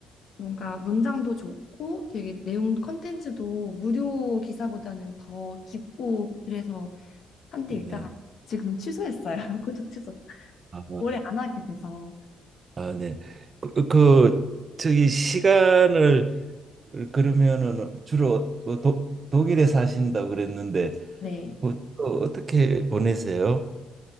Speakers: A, on the left; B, on the right.
A: 뭔가 문장도 좋고 되게 내용 컨텐츠도 무료 기사보다는 더 깊고 그래서 한때
B: 네.
A: 읽다가 지금 취소했어요. <laughs> 고적 취소.
B: 아,
A: 오래 안 하게 돼서.
B: 아 네. 그, 그 저기 시간을 그- 러면은 주로 뭐 도, 독일에 사신다고 그랬는데
A: 네.
B: 뭐 주로 어떻게 보내세요?